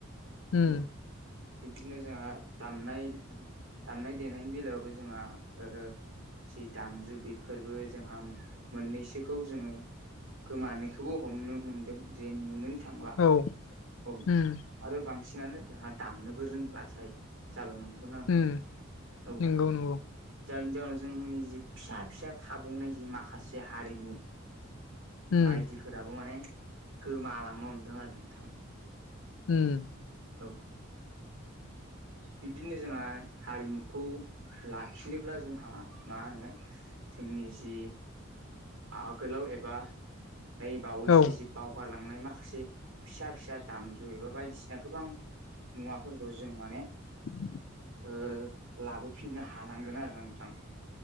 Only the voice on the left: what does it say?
उम
औ
उम
उम
नंगौ नंगौ
उम
हम।
औ
<inaudible>